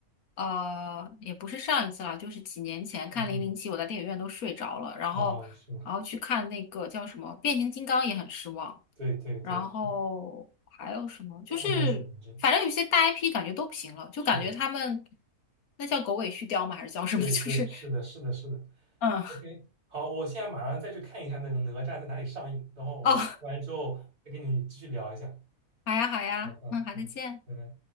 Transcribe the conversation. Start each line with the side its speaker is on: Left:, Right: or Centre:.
Left: 呃，也不是上一次啦，就是几年前看《零零七》，
Right: 嗯
Left: 我在电影院都睡着了。然后，
Right: 嗯，哦，是吗？
Left: 然后去看那个叫什么《变形金刚》也很失望。
Right: 对对对，
Left: 然后还有什么？
Right: 是的，
Left: 就是反正有些大
Right: 都不太行，反正
Left: IP 感觉都不行了，
Right: 是的，
Left: 就感觉他们那叫狗尾续貂吗？还是叫什么？
Right: 对对，
Left: <laughs> 就是
Right: 是的，是的，是的，
Left: 嗯，
Right: OK，好，我现在马上再去看一下那个哪吒在哪里上映，然后我看完之后再跟你继续聊一下。
Left: 哦，好呀好呀，
Right: 好好，
Left: 嗯，好，
Right: 嗯，
Left: 再见。
Right: 拜拜。